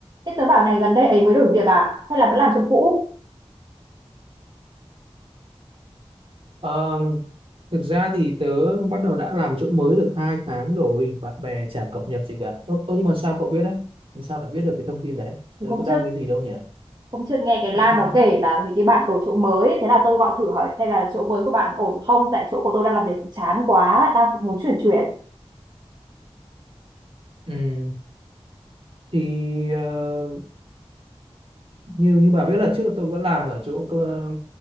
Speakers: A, on the right; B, on the right.
A: Thế tớ bảo này gần đây ấy mới đổi việc à? Hay là vẫn làm chỗ cũ?
B: Ờ, thực ra thì tớ bắt đầu đã làm chỗ mới được hai tháng rồi bạn bè chả cập nhật gì cả ơ ô nhưng mà sao cậu biết đấy làm sao lại biết được cái thông tin đấy
A: Thì
B: tớ
A: Hôm
B: có đăng
A: trước
B: cái gì đâu nhỉ
A: hôm trước nghe cái Lan
B: tớ không
A: nó kể là hình như bạn đổi chỗ mới, thế là tôi gọi thử hỏi xem là chỗ mới của bạn ổn không? Tại chỗ của tôi đang làm việc chán quá, đang muốn chuyển chuyển.
B: ừ. thì ờ, như như bà biết là trước tôi vẫn làm ở chỗ cơ